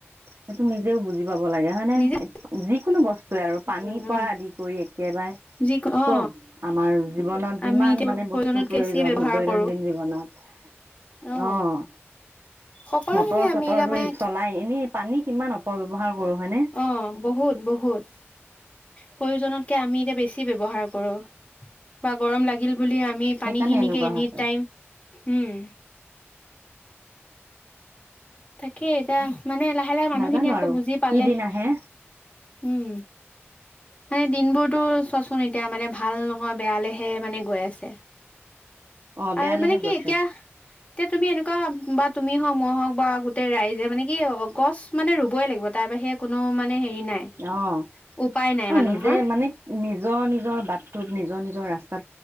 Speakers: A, on the right; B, on the left.
A: সেইটো নিজেও বুজি পাব লাগে হয় নে,
B: নিজে
A: যিকোনো বস্তুৱে আৰু পানীৰ
B: উম
A: পৰা
B: উম
A: আদি কৰি কেবাৰে,
B: যি
A: চব,
B: অ
A: আমাৰ জীৱনত যিমান
B: আমি এতিয়া
A: মানে
B: প্ৰয়োজনতকে
A: বস্তু প্ৰয়োজন
B: বেছি ব্যৱহাৰ
A: দৈনন্দিন
B: কৰো
A: জীৱনত <inaudible>
B: অ
A: অঁ'।
B: সকলো
A: মটৰ
B: খিনি
A: চটৰ
B: আমি এতিয়া
A: ধৰি
B: মানে
A: চলাই এনেই পানী কিমান অপব্যৱহাৰ কৰো হয়নে
B: অঁ', বহুত বহুত। প্ৰয়োজনতকে আমি বেছি ব্যৱহাৰ কৰোঁ, বা গৰম লাগিল বুলি আমি
A: সেইকাৰণে
B: পানীখিনিকে
A: এনেকুৱা
B: এনি
A: হৈছে
B: টাইম, উম। <inaudible> তাকেই টা মানে লাহে - লাহে মানুহখিনিয়ে
A: নাজানো
B: আকৌ
A: আৰু
B: বুজি পালেহে,
A: কি দিন আহে
B: উম। মানে দিনবোৰতো চোৱাচোন, এতিয়া মানে ভাল নহয় বেয়ালেহে মানে গৈ আ ছে,
A: অ
B: আৰু
A: বেয়ালেহে
B: মানে কি
A: গৈছে
B: এতিয়া, এতিয়া তুমি এনেকুৱা বাট তুমি হম মই হওক বা গোটেই ৰাইজে মানে কি, অ' গছ মানে ৰুবই লাগিব তাৰ বাহিৰে কোনো মানে হেৰি নাই
A: অ',
B: উপায় নাই
A: অ'
B: মানুহৰ
A: নিজে মানে নিজৰ- নিজৰ বাটটোত নিজৰ - নিজৰ ৰাচ